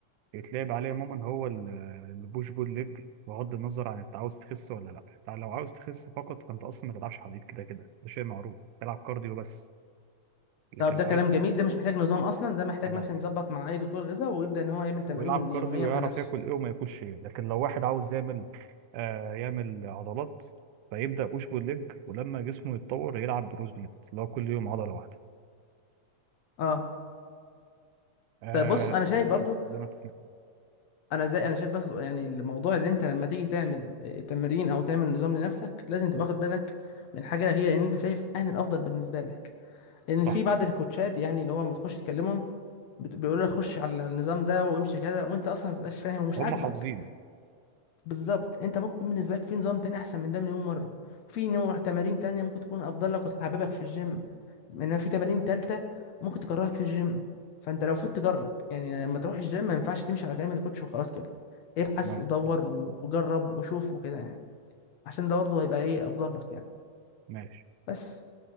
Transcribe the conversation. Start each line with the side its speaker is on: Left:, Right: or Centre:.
Right: يتلعب عليه عموما هو ال- البوش بول ليج بغض النظر عن انت عاوز تخس ولا لا انت لو عاوز تخس فقط فانت اصلا ما تلعبش حديد كده كده ده شيء معروف تلعب كارديو بس لكن
Left: طب
Right: لو
Left: ده كلام
Right: عايز
Left: جميل ده مش محتاج نظام اصلا ده محتاج
Right: تمام
Left: مثلا يظبط مع اي دكتور غذاء ويبدا ان هو يعمل تمارين
Right: ويلعب كارديو
Left: يوميه
Right: ويعرف
Left: مع نفسه
Right: ياكل ايه وما ياكلش ايه لكن لو واحد عاوز يعمل آه يعمل عضلات فيبدا بوش بول ليج ولما جسمه يتطور يلعب بروز بليت اللي هو كل يوم عضله واحده
Left: اه
Right: آه
Left: طيب بص انا شايف
Right: تمام
Left: برضو
Right: زي ما انت سمعت
Left: انا زي انا شايف بس يعني الموضوع اللي انت لما تيجي تعمل آه، تمرين او تعمل نظام لنفسك لازم تبقى واخد بالك من حاجه هي ان انت شايف اهل الافضل بالنسبه لك لان في
Right: صح
Left: بعض الكوتشات يعني اللي هو ما تخش تكلمهم بت- بيقولوا لك خش على النظام ده وامشي كده وانت اصلا ما بتبقاش فاهم ومش
Right: هم
Left: عاجبك
Right: حافظين
Left: بالظبط انت ممكن يكون بالنسبه لك في نظام تاني احسن من ده مليون مره في نوع تمارين تانية ممكن تكون افضل لك وتحببك في الجيم انما في تمارين تالتة ممكن تكرهك في الجيم فانت لو المفروض تجرب يعني لما تروح الجيم ما ينفعش تمشي على كلمه الكوتش وخلاص كده ابحث
Right: تمام
Left: ودور
Right: صح
Left: و- وجرب وشوف وكده يعني عشان ده برضه هيبقى ايه افضل لك يعني
Right: ماشي
Left: بس